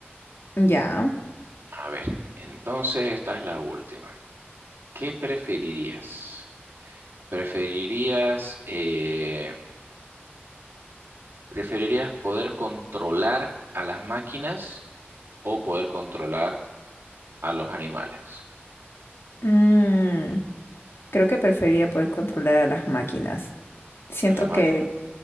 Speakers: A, on the left; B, on the right.
A: Ya.
B: A ver, entonces esta es la última. ¿Qué preferirías? ¿Preferirías, eh, preferirías poder controlar a las máquinas o poder controlar a los animales?
A: Mm, creo que preferiría poder controlar a las máquinas. Siento
B: A las máquinas.
A: que,